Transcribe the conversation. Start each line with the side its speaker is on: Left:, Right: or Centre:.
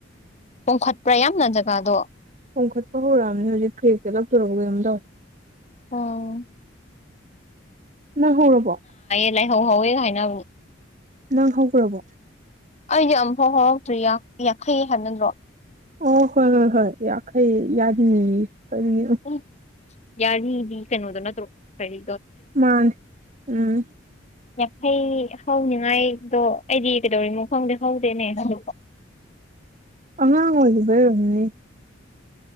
Left: ꯀꯣꯡꯈꯠꯄ꯭ꯔꯥ ꯌꯥꯝꯅ ꯖꯒꯥꯗꯣ
Right: ꯍꯣꯡꯈꯠꯄ ꯍꯧꯔꯛꯑꯕꯅꯦ ꯍꯧꯖꯤꯛ ꯀ꯭ꯔꯦꯦꯛꯁꯦ ꯂꯧꯇꯣꯔꯎ ꯀꯔꯝꯗꯧ
Left: ꯑꯝ
Right: ꯅꯍꯧꯔꯔꯕꯣ
Left: ꯂꯩ ꯍꯣ ꯍꯣꯏ ꯀꯥꯏꯅ
Right: ꯅꯪ ꯍꯛ ꯔꯔꯕꯣ
Left: ꯑꯩꯗꯤ ꯑꯃꯨꯐꯥꯎ ꯍꯧꯔꯛꯇ꯭ꯔꯤ ꯌꯥꯡꯈꯩ ꯍꯥꯏꯕ ꯅꯠꯇ꯭ꯔꯣ
Right: ꯑꯣ ꯍꯣꯏ ꯍꯣꯏ ꯍꯣꯏ ꯌꯥꯈꯩ ꯌꯥꯔꯤꯅꯤ ꯀꯔꯤꯅꯤ
Left: ꯎꯝ ꯌꯥꯔꯤꯗꯤ ꯀꯩꯅꯣꯗꯣ ꯅꯠꯇꯧ ꯀꯔꯤ
Right: ꯃꯥ ꯎꯝ
Left: ꯌꯥꯡꯈꯩ ꯍꯧꯅꯤꯉꯥꯏꯗꯣ ꯑꯩꯗꯤ ꯀꯩꯗꯧꯔꯤꯃꯣ ꯈꯪꯗꯤꯦ ꯍꯧꯗꯦꯅꯦ ꯑ
Right: ꯑꯉꯥꯡ ꯑꯣꯏꯗ ꯐꯔꯝꯅꯤ